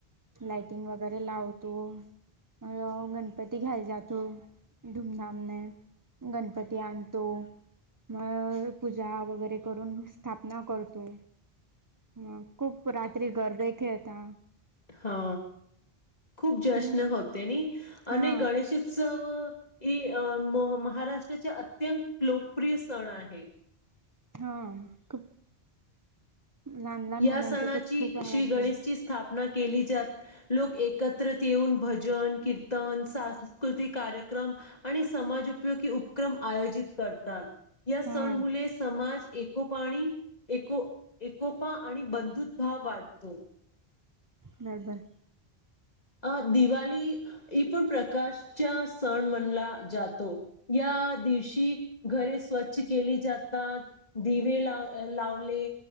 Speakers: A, on the right (about 20°); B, on the left (about 40°).
A: लाइटिंग वगैरे लावतो अ गणपती घ्यायला जातो धूमधामने गणपती आणतो मग पूजा वगैरे करून स्थापना करतो ह खूप रात्री घर बैखेता
B: हा खूप जश्न
A: हम्म
B: होते नि
A: हा
B: आणि गणेश उत्सव ही महाराष्ट्राचे अत्यंत लोकप्रिय सण आहे
A: हा खूप लहान लहान
B: या
A: मुलांचा
B: सणाची
A: तरच खूप
B: श्री
A: आवडत
B: गणेशची
A: आहे
B: स्थापना केली जात लोक एकत्र येऊन भजन कीर्तन सांस्कृतिक कार्यक्रम आणि समाज उपयोगी उक्रम आयोजित करतात या सण
A: हा
B: मुले समाज एकोपाणी एको एकोपा आणि बंधुत भााव वाढतो
A: बरबर
B: अ दिवाळी ह पण प्रकाशच्या सण म्हणला जातो या दिवशी घर स्वच्छ केली जातात दिवे ला लावले